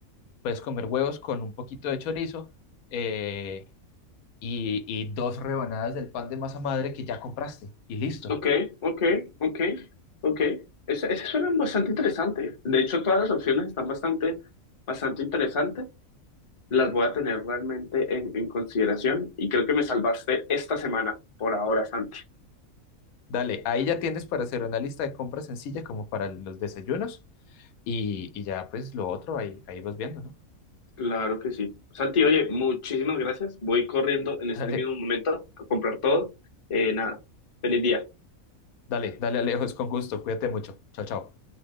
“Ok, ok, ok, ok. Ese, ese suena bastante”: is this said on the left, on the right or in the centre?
Left